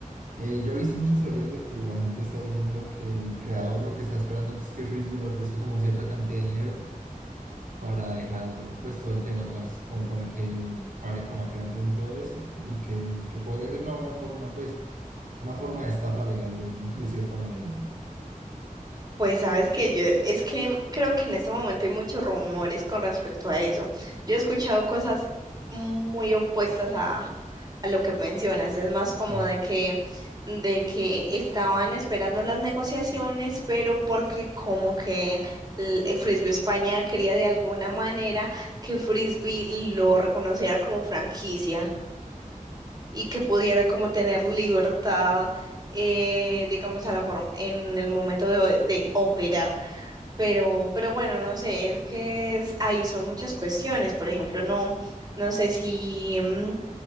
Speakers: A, on the right (about 70°); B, on the right (about 25°).
A: Eh, yo he visto muchas teorías de que la gente está diciendo que el creador lo que está esperando es que Frisbee le ofrezca como cierta cantidad de dinero para dejar pues todo el tema atrás, como para que pare con la creación y todo eso, y que, que podría ser una buena forma, pues, una forma de estafa legal de, <laughs> de cierta manera.
B: Pues sabes que yo, es que creo que en este momento hay muchos rumores con respecto a eso. Yo he escuchado cosas muy opuestas a, a lo que mencionas. Es más como
A: Sí.
B: de que, de que estaban esperando las negociaciones, pero porque como que el el Frisbee España quería de alguna manera que Frisbee lo reconociera como franquicia y que pudiera como tener libertad, eh, digamos, a la forma en el momento de de operar. Pero, pero bueno, no sé, es que es- ahí son muchas cuestiones. Por ejemplo, no, no sé si, mm,